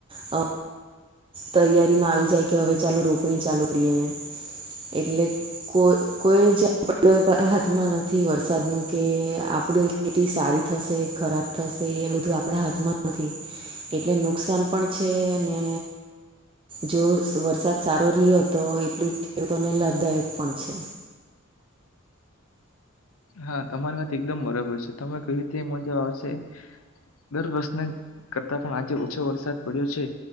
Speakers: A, on the right; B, on the left.
A: અ તૈયારીમાં આવી જાય કે હવે ચાલો રોપણી ચાલુ કરીએને. એટલે કો કોઈ જ આપડ હાથમાં નથી હોત વરસાદનું કે આપની ખેતી સારી થશે, ખરાબ થશે એ બધું આપણા હાથમાં નથી. કેટલું નુકસાન પણ છે અને જો વરસાદ સારો રહ્યો તો એટલું ખેડૂતોને લાભદાયક પણ છે.
B: હા તમારી વાત એકદમ બરાબર છે. તમે કઈ રીતે મજા આવશે? દર વર્ષના કરતા પણ આજે ઓછો વરસાદ પડ્યો છે.